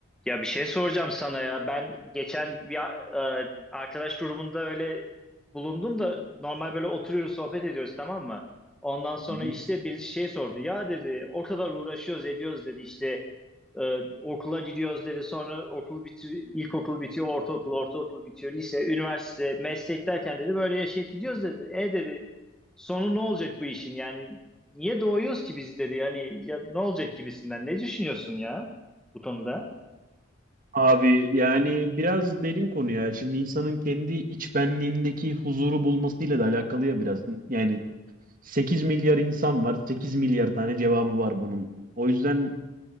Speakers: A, in the centre; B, on the right.
A: Ya bir şey soracağım sana ya. Ben geçen bir a- e, arkadaş grubunda öyle bulundum da normal böyle oturuyoruz sohbet ediyoruz tamam mı? Ondan sonra
B: Hı hı.
A: işte birisi şey sordu. Ya dedi o kadar uğraşıyoruz ediyoruz dedi işte e, okula gidiyoruz dedi. Sonra okul bitiyor, ilkokul bitiyor, ortaokul, ortaokul bitiyor, lise, üniversite, meslek derken dedi böyle yaşayıp gidiyoruz dedi. E dedi sonu ne olacak bu işin yani niye doğuyoruz ki biz dedi. Yani ya, ne olacak gibisinden ne düşünüyorsun ya bu konuda?
B: Abi yani biraz derin konu ya. Şimdi insanın kendi iç benliğindeki huzuru bulmasıyla da alakalı ya biraz. Yani 8 milyar insan var. sekiz milyar tane cevabı var bunun. O yüzden